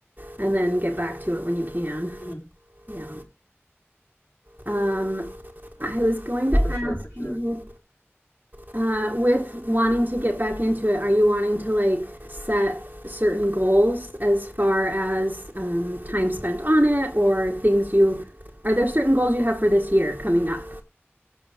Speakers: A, on the right; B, on the left.
A: and then get back to it when you can.
B: Mhm.
A: Yeah. Um, I was going to ask
B: for sure, for sure.
A: you, uh, with wanting to get back into it, are you wanting to like set certain goals as far as um, time spent on it or things you, are there certain goals you have for this year coming up?